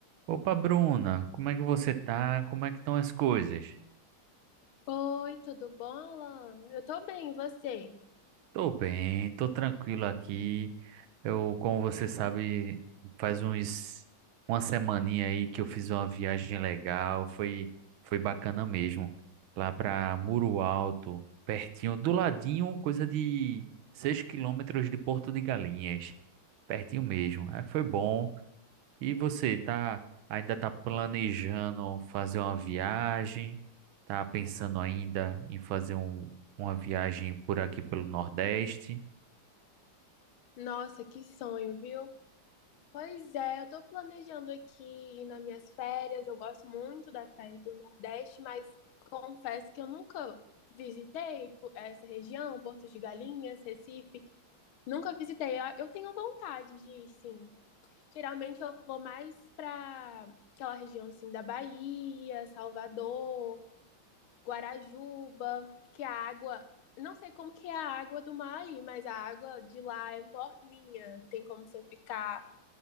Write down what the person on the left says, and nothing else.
Oi, tudo bom, Alan? Eu tô bem, e você?
Nossa, que sonho, viu? Pois é, eu tô planejando aqui nas minhas férias. Eu gosto muito das praias do Nordeste, mas confesso que eu nunca visitei po- essa região, Porto de Galinhas, Recife. Nunca visitei. Ah, Eu tenho vontade de ir, sim. Geralmente eu vou mais pra aquela região assim da Bahia, Salvador. Guarajuba, que a água, não sei como que é a água do mar aí, mas a água de lá é morninha, tem como você ficar